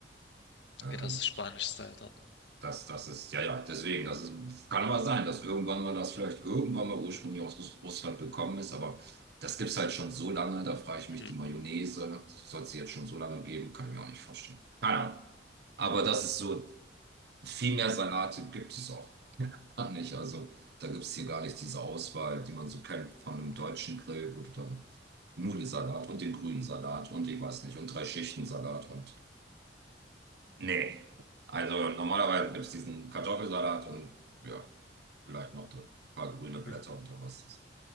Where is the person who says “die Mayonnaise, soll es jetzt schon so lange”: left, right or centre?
Right